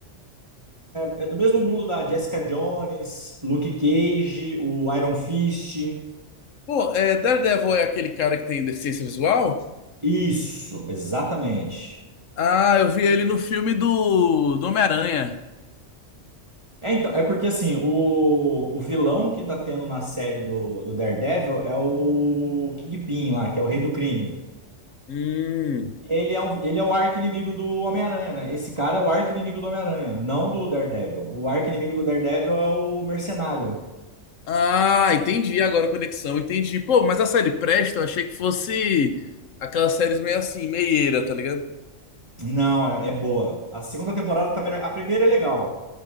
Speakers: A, on the right; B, on the left.
A: é do mesmo mundo da Jessica Jones, Luke Cage, o Iron Fist.
B: Pô, é, Daredevil é aquele cara que tem deficiência visual?
A: Isso, exatamente.
B: Ah, eu vi ele no filme do, do Homem-Aranha.
A: É, então, é porque assim, o, o vilão que tá tendo na série do, do Daredevil é o Kingpin lá, que é o rei do crime.
B: Hum.
A: Ele é, um, ele é o arqui-inimigo do Homem-Aranha, né? Esse cara é o arqui-inimigo do Homem-Aranha, não do Daredevil. O arqui-inimigo do Daredevil é o Mercenário.
B: Ah, entendi agora a conexão, entendi. Pô, mas a série presta, eu achei que fosse aquelas séries meio assim, meieira, tá ligado?
A: Não, é é boa. A segunda temporada tá melhor. A primeira é legal.